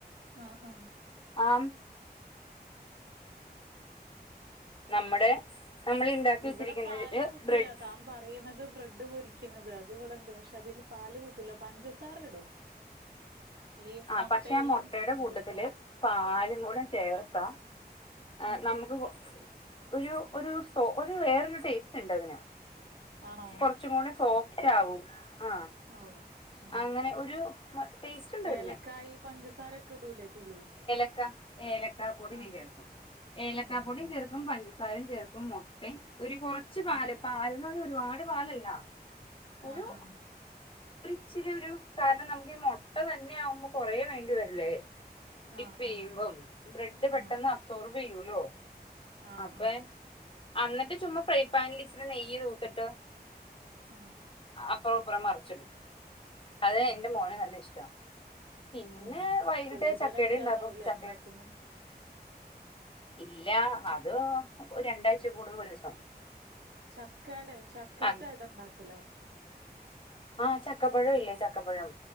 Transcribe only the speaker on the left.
ആം നമ്മടെ നമ്മൾ ഉണ്ടാക്കി
വെച്ചിരിക്കുന്നതില്
ബ്രെഡ്
ആ
പക്ഷെ മോട്ടയുടെ
കൂട്ടത്തില് പാലും കൂടെ ചേർക്കാം ആഹ്
നമുക്ക് ഒരു ഒരു സോ ഒരു വേറൊരു ടേസ്റ്റുണ്ടതിന്
കൊറച്ചും കൂടെ സോ ച്ച ആവും ആഹ് ആഹ്.
അങ്ങനെ ഒരു ടേസ്റ്റ്ണ്ടതിന്..
ഏ ഏലക്കാ പൊടി
ചേർക്കും ഏലക്കാ
പൊടിം
ചേർക്കും പഞ്ചസാരയും ചേർക്കും.. മുട്ടേ ഒരു.. കൊറച് പാല്
പാലന്ന് പറഞ്ഞാ ഒരുപാട് പാലല്ല
ഒരു..
ച്ചിരി ഒരു കാരണം നമുക്ക്ഈ മോ.. ട്ട തന്നെയ ആവുമ്പോ കൊറേ വേണ്ടിവരില്ലേ ഡിപ്പ്
ചെയ്യുമ്പം
ബ്രെഡ് പെട്ടെന്ന്...
സൊർബ് ചെയ്യൂലോ
അപ്പ.
അന്നിട്ട് ചുമ്മാ ഫ്രൈ പാനിൽ ഇച്ചിരി നെയ്യ് തൂത്തിട്ട്
അപ്പൊ പ്പറം മറിച്ചിടും. അത്
എന്റെ മോന് നല്ല ഇഷ്ട്ടാ പിന്ന്നെ
വൈകിട്ട്
ചക്കയടെ ഇണ്ടാക്കും
ചക്കേ..
ഇല്ല. അത് ഒര് രണ്ടാഴ്ച കൂടുമ്പോ ഒരൂസം
അങ്-
ആഹ് ചക്കപ്പഴം ഇല്ലേ ചക്കപ്പഴം..